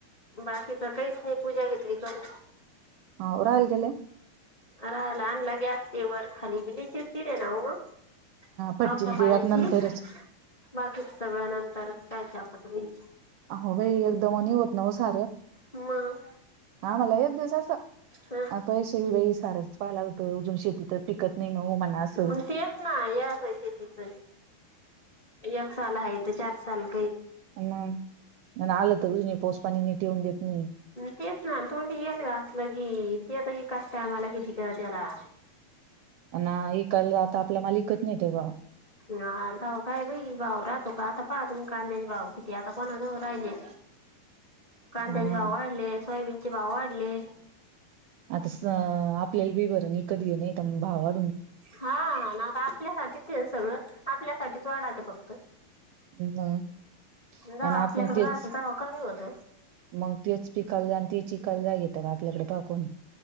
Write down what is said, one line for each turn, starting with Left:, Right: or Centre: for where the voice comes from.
Left: बाकीच काहीच नाही पूजा घेतली करून.
Right: हा वर रहायला गेले.
Left: आरल आणला ग्यास ते वर खाली बि लई चिडचीड ये ना हो.
Right: फटचिन
Left: पावसा पाण्याची
Right: ते आत नंतरच.
Left: बाकी सगळ्या नंतरच कायच्या <inaudible>
Right: अहो भाई एकदम आणि होत ना ओ सा
Left: मं.
Right: आम्हाला एक दिवस
Left: ह
Right: पैसे बी सार पाहाव लागतं अजून शेती तर पिकत नाही ना हो म्हणा असं
Left: मग तेच ना या आसय शेतीच एक साल हाय तर चार साल
Right: हूं म आलं तर अजून पाऊस पाणी नीट येऊन देत नाही
Left: तेच ना तोंडी येईल ग असलं गी ते आता ई कष्ट हाय मला किती कर त्याला
Right: अना इकाईला जाता आपला माल इकत नाही ते बा.
Left: हा तवा काय बाई भाऊ राहतो का आता पाहतो म कांद्याचे भाऊ किती आता कोणाजवळ राहिले.
Right: <inaudible>
Left: कांद्याचे
Right: हा
Left: भाव वाढले सोयाबीनचे भाव वाढले.
Right: आता सं आपल्याला बी भरून विकत घेने भावा
Left: हा नाता आपल्याहातीच ये सगळं आपल्यासाठीच वाढाचं फक्त.
Right: मग
Left: जावा
Right: आणि आपण
Left: आपल्याकडे
Right: तेच
Left: राहतो तवा कमी होत.
Right: मग तेच पिकालजा आणि तच ईकायला जा घेत बा आपल्याकडे पा कोणी.